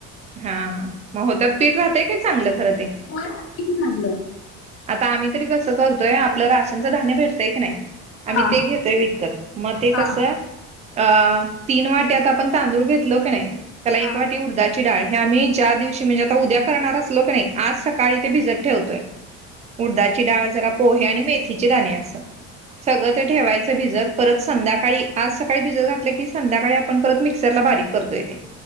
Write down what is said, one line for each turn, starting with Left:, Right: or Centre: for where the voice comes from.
Right: हा हा मग हो त्यात पीठ राहतय काय चांगलं खरं ते!
Left: मय राहतय की चांगल!
Right: आता आम्ही तरी कसं करतोय! आपलं राशनचं धान्य भेटतंय की नाय! आम्ही
Left: हा
Right: ते घेतोय विकत मग ते
Left: हा
Right: कसं! अ तीन वाट्यात आपण तांदूळ घेतलो की, नाही त्याला
Left: हा
Right: एक वाटी उडदा ची डाळ हे आम्ही ज्या दिवशी म्हणजे आता उद्या! करणारच लोक नाही आज सकाळी ते भिजत ठेवतोय! उडदाची डाळ जरा पोहे आणि मेथीचे दाणे असं सगळं ते ठेवायचं भिजत! परत संध्याकाळी आज सकाळी भिजत घातलं की, संध्याकाळी आपण परत मिक्सरला बारीक, करतोय तेे!